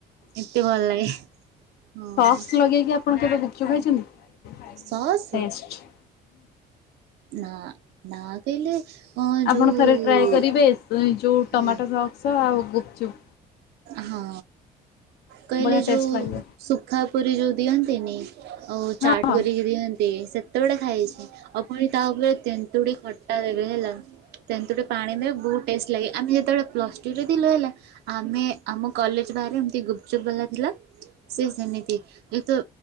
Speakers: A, on the right; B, on the left.
A: ଏତେ ଭଲ୍ ଲାଗେ। ହଁ
B: ସକ୍ସ୍ ଲଗେଇକି ଆପଣ କେବେ ଗୁପ୍ ଚୁପ୍ ଖାଇଛନ୍ତି?
A: ସସ୍ ନା ନା କହିଲେ ଅ
B: ଆପଣ
A: ଯୋଉ
B: ଥରେ ଟ୍ରାଏ କରିବେ ଯୋଉ
A: ହୁଁ
B: ଟମାଟୋ ସକ୍ସ ଆଉ ଗୁପ୍ ଚୁପ୍।
A: ହଁ କହିଲେ
B: ବଢ଼ିଆ
A: ଯୋଉ
B: ଟେଷ୍ଟ ଲାଗିବ।
A: ସୁୁଖା ପୁରୀ ଯୋଉ ଦିଅନ୍ତିନି ଆଉ
B: ହଁ
A: ଚାଟ୍
B: ହଁ
A: କରିକି ଦିଅନ୍ତି ସେ କେତେ ଗୁଡା ଖାଇଛି ଆଉ ପୁଣି ତା ଉପରେ ତେନ୍ତୁଡି ଖଟା ଦେବେ ହେଲା। ତନ୍ତୁଡ଼ି ପାଣି ଦେବେ ବହୁତ ଟେଷ୍ଟ୍ ଲାଗେ ଆମେ ଯେତେବେଳେ ପ୍ଲସ୍ ଟୁରେ ଥିଲୁ ହେଲା ଆମେ ଆମ କଲେଜ ବାହାରେ ଏମିତି ଗୁପଚୁପ୍ ବାଲା ଥିଲା। ସେ ସେମିତି ଯେତ